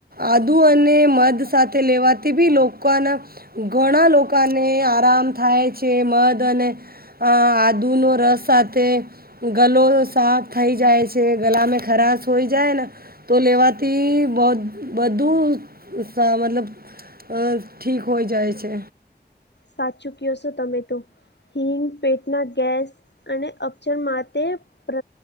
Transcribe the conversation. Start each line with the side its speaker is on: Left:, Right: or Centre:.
Right: આદુ અને મધ સાથે લેવાથી બી લોકોના ઘણા લોકોને આરામ થાય છે મદ અને આ આદુનો રસ સાથે ગલો સાફ થઈ જાય છે ગલામાં ખરાશ હોઈ જાય ને તો લેવાથી બહ બધું સ મતલબ અ ઠીક હોય જાય છે
Left: સાચ કયો છો તમે તો હિંગ પેટના ગેસ અને ઉપચાર માટે પ્ર